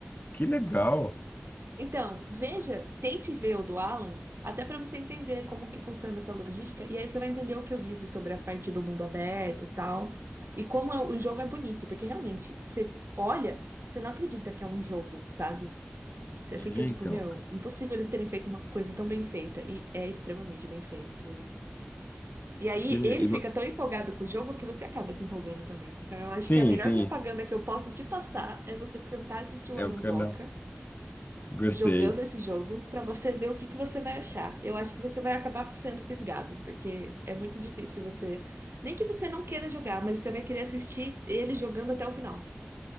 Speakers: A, on the left (about 45°); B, on the right (about 75°).
A: Que legal.
B: <laughs> então, veja, tente ver o do Alan, até pra você entender como que funciona essa logística, e aí você vai entender o que eu disse sobre a parte do mundo aberto e tal, e como é- o jogo é bonito, porque realmente, você olha, você não acredita que é um jogo, sabe? Você
A: É,
B: fica tipo,
A: Então,
B: meu,
A: ca-
B: impossível eles terem feito uma coisa tão bem feita. E é extremamente bem feito. E aí
A: que le-
B: ele
A: e
B: fica
A: vo-
B: tão empolgado com o jogo que você acaba se empolgando também. Então eu acho
A: Sim,
B: que a melhor
A: sim,
B: propaganda que eu posso te passar é você tentar assistir o
A: é
B: Alan
A: o canal.
B: Zoca
A: Gostei.
B: jogando esse jogo pra você ver o que que você vai achar. Eu acho que você vai acabar sendo fisgado, porque é muito difícil você, nem que você não queira jogar, mas você vai querer assistir ele jogando até o final.